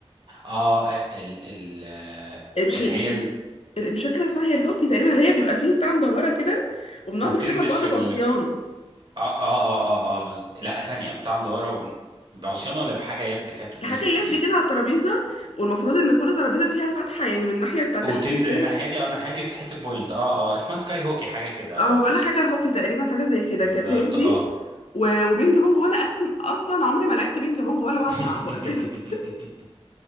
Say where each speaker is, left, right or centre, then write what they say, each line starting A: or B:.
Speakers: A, on the right; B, on the left.
A: اه آه، ال ال
B: آه، مش
A: اللي
B: مش
A: هي ال...
B: مش فاكره اسمها هي الهوكي تقريبا اللي هي بيبقى فيه بتاع مدوره كده وبنقعد
A: وبتنزل
B: نحدفها لبعض
A: في ال
B: بعصيان
A: في... اه اه اه اه, آه بز... لا ثانية بتاع مدورة وب... بعصيان ولا بحاجة يد كده بتتمسك
B: حاجه يد
A: في الإيد
B: كده على الترابيزه والمفروض ان كل ترابيزه فيها فتحه يعني من الناحيه بتاعت
A: وبتنزل
B: اللعب التاني
A: الناحية دي أو الناحية دي وتحسب بوينت اه اه اسمها سكاي هوكي حاجة كده
B: اه
A: اه
B: ما
A: بز...
B: بقولك حاجه هوكي تقريبا حاجه زي كده
A: بالظبط
B: كانت هي دي
A: اه
B: و- وبينج بونج وانا اصلا اصلا عمري ما لعبت بينج بونج ولا بعرف
A: <laughs>
B: العبه اساسا <laughs>